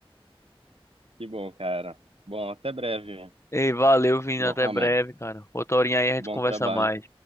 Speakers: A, on the right (about 70°); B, on the left (about 30°).
A: Que bom, cara. Bom, até breve,
B: Ei, valeu, Vini,
A: Mohamed.
B: até breve, cara. Outra horinha aí a gente
A: Bom
B: conversa
A: trabalho.
B: mais.